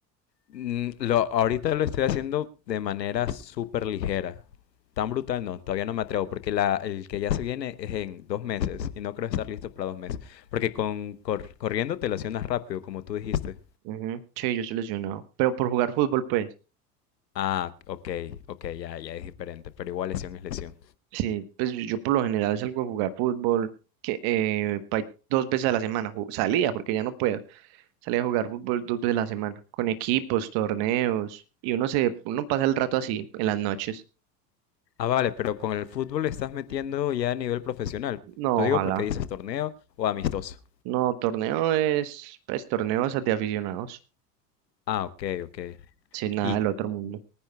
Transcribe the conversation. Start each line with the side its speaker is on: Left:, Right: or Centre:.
Left: Mm, Lo, ahorita lo estoy haciendo de manera súper ligera. Tan brutal no, todavía no me atrevo, porque la, el que ya se viene es en dos meses y no creo estar listo para dos meses. Porque con cor- corriendo te lesionas rápido, como tú dijiste.
Right: Ujú, Che, yo estoy lesionado. Pero por jugar fútbol, pues.
Left: Ah, ok, ok, ya, ya es diferente, pero igual lesión es lesión.
Right: Sí, pues yo yo por lo general salgo a jugar fútbol que eh, pa- dos veces a la semana. ju- Salía, porque ya no puedo. Salía a jugar fútbol dos veces a la semana. Con equipos, torneos. Y uno se, uno pasa el rato así, en las noches.
Left: Ah, vale, pero con el fútbol le estás metiendo ya a nivel profesional.
Right: No,
Left: Lo digo
Right: ojalá.
Left: porque dices torneo o amistoso.
Right: No, torneo es, pues, torneos de aficionados.
Left: Ah, ok, ok.
Right: sin nada
Left: Y,
Right: del otro mundo.